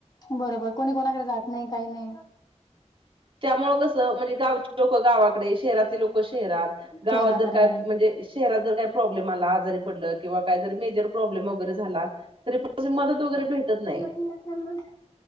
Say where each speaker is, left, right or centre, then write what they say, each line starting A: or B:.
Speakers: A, on the left; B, on the right.
A: बरोबर कोणी कोणाकडे जात नाही काही नाही.
B: त्यामुळ कसं म्हणजे गावची लोक गावाकडे शहरातले लोक शहरात गावात
A: शहराकडे
B: जर काय
A: बरोबर
B: म्हणजे शहरात जर काही प्रॉब्लेम आला आजारी पडल किंवा का जर मेजर प्रॉब्लेम वगैरे झाला तरीपण मदत अशी भेटत नाही.
A: <unintelligible>